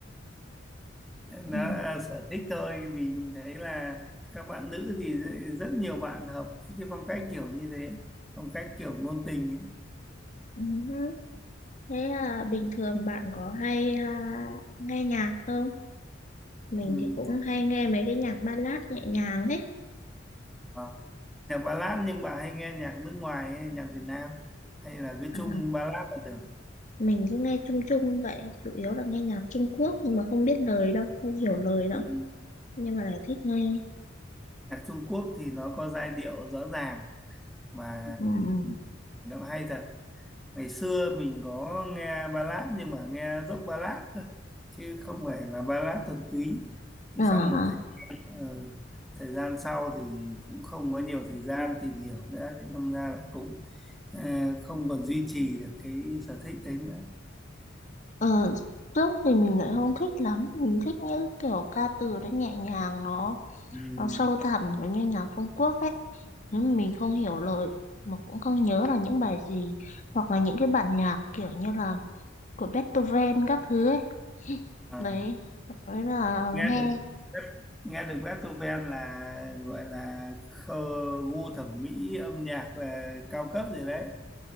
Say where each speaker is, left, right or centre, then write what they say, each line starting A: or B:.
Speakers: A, in the centre; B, on the left.
A: Nó
B: ừ.
A: là sở thích thôi vì mình thấy là các bạn nữ thì rất rất nhiều bạn hợp với cái phong cách kiểu như thế, phong cách kiểu ngôn tình ấy.
B: Ừ. Thế là bình thường bạn có hay à, nghe nhạc không? Mình
A: Ừ.
B: thì cũng hay nghe mấy cái nhạc ballad nhẹ nhàng ấy.
A: À, nhạc ballad nhưng bà hay nghe nhạc nước ngoài hay nhạc Việt Nam hay là cứ
B: À,
A: chung ballad là được.
B: mình cứ nghe chung chung vậy, chủ yếu là nghe nhạc Trung Quốc nhưng mà không biết lời đâu, không hiểu lời đâu.
A: Ừ.
B: nhưng mà lại thích nghe
A: Nhạc Trung Quốc thì nó có giai điệu rõ ràng mà
B: Ừ. ừ.
A: nó hay thật ngày xưa mình có nghe ballad nhưng mà nghe dốc ballad cơ chứ không phải là ballad thuần túy Thế
B: À,
A: xong một thời, ờ, thời gian sau thì cũng không có nhiều thời gian tìm hiểu nữa thì tham ra là cũng ờ, không còn duy trì được cái sở thích đấy nữa
B: ờ, trước thì mình lại không thích lắm mình thích những kiểu ca từ nó nhẹ nhàng nó
A: Ừm,
B: nó sâu thẳm giống như nhạc Trung Quốc ấy nhưng mà mình không hiểu lời mà cũng không nhớ là những bài gì hoặc là những cái bản nhạc kiểu như là của Beethoven các thứ ấy
A: à,
B: đấy đấy là
A: nghe
B: nghe
A: được nghe được Beethoven là gọi là khơ, gu thẩm mỹ âm nhạc là cao cấp rồi đấy